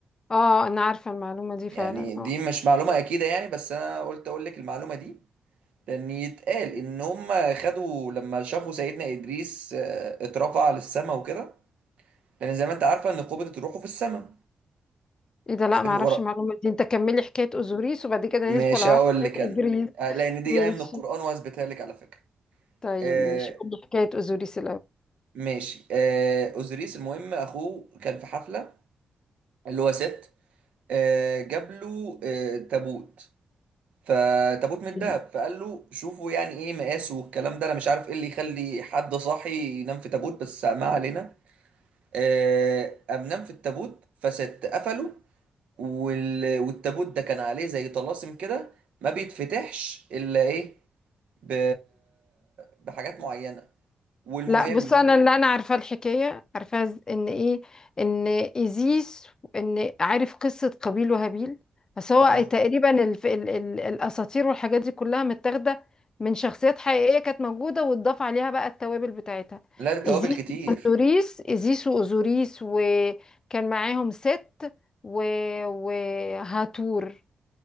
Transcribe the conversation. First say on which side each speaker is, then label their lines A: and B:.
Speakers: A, on the left (about 35°); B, on the right (about 80°).
A: آه أنا عارفة المعلومة دي فعلا
B: يعني دي
A: آه
B: مش معلومه اكيده يعني بس انا قلت اقول لك المعلومه دي لان يتقال ان هم خدوا لما شافوا سيدنا ادريس آه، اترفع للسماء وكده لان زي ما انت عارفه ان قبضه روحه في السماء
A: إيه ده لا
B: سيدنا
A: ما أعرفش
B: ورا
A: المعلومة دي أنت كملي حكاية أوزوريس وبعد كده
B: ماشي
A: ندخل على
B: هقول
A: حكاية
B: لك
A: إدريس
B: انا آه، لان دي
A: ماشي
B: جايه من القران وهثبتها لك على فكره
A: طيب
B: آه
A: ماشي قولي حكاية أوزوريس
B: ماشي آه اوزيريس المهم اخوه كان في حفله اللي هو ست آه جاب له آه تابوت فتابوت من الذهب
A: الأول
B: فقال له شوفوا يعني ايه مقاسه والكلام ده انا مش عارف ايه اللي يخلي حد صاحي ينام في تابوت بس ما علينا آه، قام نام في التابوت فست قفله وال... والتابوت ده كان عليه زي طلاسم كده ما بيتفتحش الا ايه ب... بحاجات معينه والمهم
A: لا بص انا
B: هو-
A: اللي انا عارفه الحكايه عارفاها ز- ان ايه ان ايزيس ان عارف قصه قابيل وهابيل بس هو
B: اه
A: تقريبا الف... ال... ال... الاساطير والحاجات دي كلها متاخده من شخصيات حقيقيه كانت موجوده واتضاف عليها بقى التوابل بتاعتها
B: لا ده توابل
A: ايزيس
B: كتير
A: واوزوريس ايزيس واوزوريس وكان معاهم ست و... وهاتور